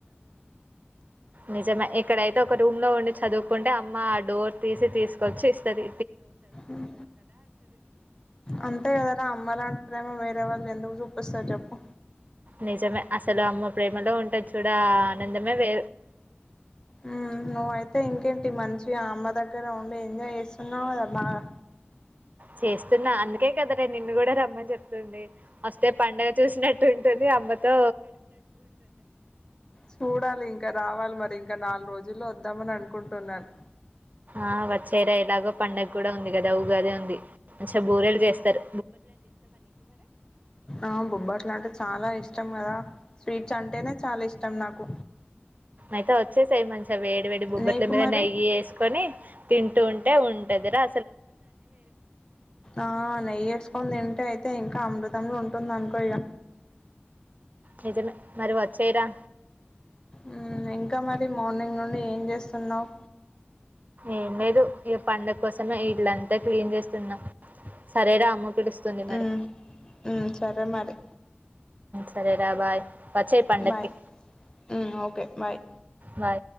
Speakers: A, on the right; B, on the left.
A: నిజమే ఇక్కడయితే ఒక రూమ్ లో ఉండి చదువుకుంటే అమ్మ ఆ డోర్ తీసి తీసుకొచ్చి ఇస్తుంది
B: ఉమ్ అంతే కదరా అమ్మ లాంటి ప్రేమ వేరే రే వాళ్ళు ఎందుకు చూపిస్తారు చెప్పు
A: నిజమే. అసలు అమ్మ ప్రేమలో ఉంటది చూడ ఆనందమే వే
B: ఉమ్ నువ్వయితే ఇంకేంటి మంచి అమ్మ దగ్గర ఉండి ఎంజాయ్ చేస్తున్నావు అద బాగా
A: చేస్తున్నా అందుకే కద రే నిన్ను కూడా రమ్మని చెప్తుంది వస్తే పడుగ చూసినట్టు ఉంటుంది అ అబతే
B: చూడాలి ఇంకా రావాలి మరి ఇంకా ఇంక నాలుగు రోజుల్లో వద్దామని అనుకుంటున్నాను
A: ఆ వచ్చయరా ఎలాగో పంండగ కూడా ఉంది కదా ఉగాదే ఉంది మంచిగా బూరేలు చేస్తారు
B: ఆ బొబ్బట్లు అంటే చాలా ఇష్టం కదా స్వీట్స్ అంటేనే చాలా ఇష్టం నాకు
A: అయితే వచ్చేసయి మంచిగా వేడి వేడి బొబ్బట్ల
B: నీకు
A: మీద
B: మరి
A: నెయ్యి వేసుకొని తింటూ ఉంటే ఉంట దిరా
B: ఆ నెయ్యి వేసుకొని తింటే అయితే ఇంకా అమృతములు ఉంటు అనుకో ఇగ్గా
A: నిజమే మరి వచ్చేయరా
B: ఉమ్ ఇంకా మరి మార్నింగ్ నుండి ఏం చేస్తున్నావు
A: ఏం లేదు ఈ పండగ కోసమే ఇళ్లంతా క్లీన్ చేస్తున్నాం సరేరా అమ్ము పడిస్తుంది మరి
B: మ్మ్, మ్మ్, సరే మరి
A: సరేరా బాయ్ వచ్చేయి పండక్కి
B: బాయ్ ఉమ్ ఓకే బాయ్
A: బాయ్